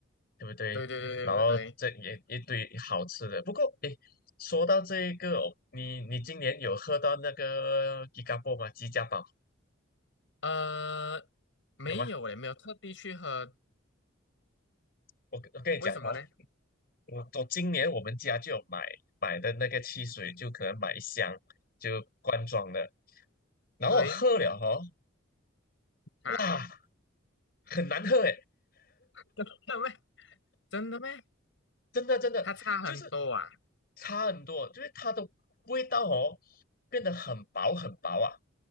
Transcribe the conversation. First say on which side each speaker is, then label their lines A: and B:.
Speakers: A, on the left; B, on the left.
A: 对不对？
B: 对对对对对对，
A: 然后这也一堆好吃的。不过，诶，说到这一个哦，你你今年有喝到那个吉嘎波吗？吉家宝
B: 呃，没有嘞，
A: 有吗？
B: 没有特地去喝，
A: 我跟我跟你讲哦，
B: 为什么呢？
A: 我我今年我们家就有买买的那个汽水，就可能买一箱就罐装的，然后我喝了哦，
B: 对。啊，
A: 哇，很难喝
B: 真的咩？真的咩？
A: 真的真的就是
B: 它差很多啊。
A: 差很多，就是它的味道哦变得很薄很薄啊，